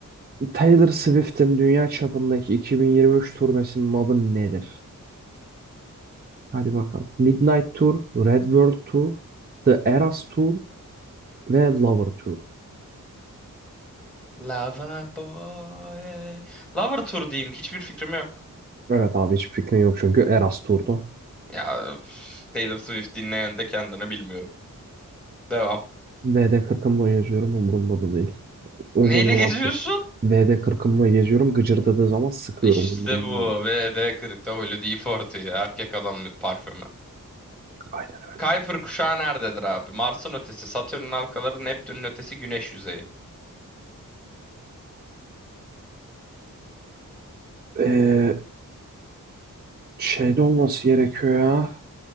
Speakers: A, on the right; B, in the centre.
A: Taylor Swift'in dünya çapındaki 2023 turnesinin adı nedir? Hadi bakalım. Midnight Tour, Red World Tour, The Eras Tour ve Lover Tour.
B: Lava boy. Lover Tour diyeyim. Hiçbir fikrim yok.
A: Evet abi hiç fikrim yok çünkü Eras turdu.
B: Ya üf, Taylor Swift dinleyen de kendini bilmiyorum. Devam.
A: VD40'ımla geziyorum umurumda da değil. Umurumda
B: Neyle
A: olan
B: geziyorsun?
A: değil. VD40'ımla geziyorum gıcırdadığı zaman sıkıyorum
B: İşte
A: umurumda
B: bu.
A: değil.
B: VD40'da Holiday 40 Erkek adam parfümü.
A: Aynen öyle.
B: Kuiper kuşağı nerededir abi? Mars'ın ötesi, Satürn'ün halkaları, Neptün'ün ötesi, Güneş yüzeyi.
A: Ee, şeyde olması gerekiyor ya.